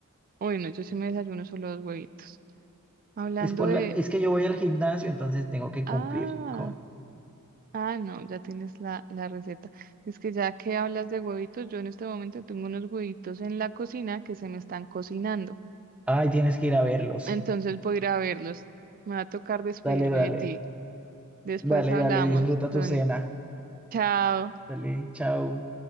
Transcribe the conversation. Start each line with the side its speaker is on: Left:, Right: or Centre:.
Right: uy, no, yo sí me desayuno solo dos huevitos. Hablando
Centre: Es por
Right: de...
Centre: la- es que yo voy al gimnasio, entonces tengo que
Right: Ah,
Centre: cumplir con.
Right: Ah, no, ya tienes la, la receta. Es que ya que hablas de huevitos, yo en este momento tengo unos huevitos en la cocina que se me están cocinando.
Centre: Ay, tienes que ir a verlos.
Right: Entonces voy a ir a verlos. Me va a tocar despedirme
Centre: Dale, dale,
Right: de ti. Después
Centre: dale,
Right: hablamos,
Centre: dale, disfruta
Right: Donis.
Centre: tu cena.
Right: Chao.
Centre: Dale, chao.